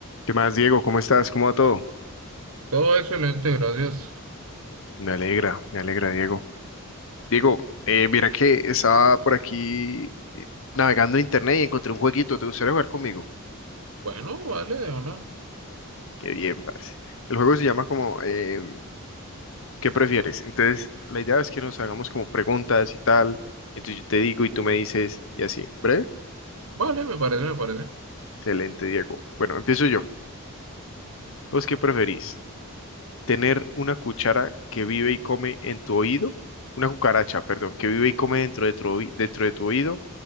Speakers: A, on the left; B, on the right.
A: ¿Qué más, Diego? ¿Cómo estás? ¿Cómo va todo?
B: Todo excelente, gracias.
A: Me alegra, me alegra, Diego. Diego, eh, mira que estaba por aquí eh, navegando en internet y encontré un jueguito. ¿Te gustaría jugar conmigo?
B: Bueno, vale, o no
A: Qué bien, parce. El juego se llama como eh, ¿qué prefieres? Entonces, la idea es que nos hagamos como preguntas y tal. Entonces yo te digo y tú me dices y así. ¿Breve?
B: Vale, me parece, me parece.
A: Excelente, Diego. Bueno, empiezo yo. ¿Vos qué preferís? ¿Tener una cuchara que vive y come en tu oído? Una cucaracha, perdón, que vive y come dentro de tu, oí- dentro de tu oído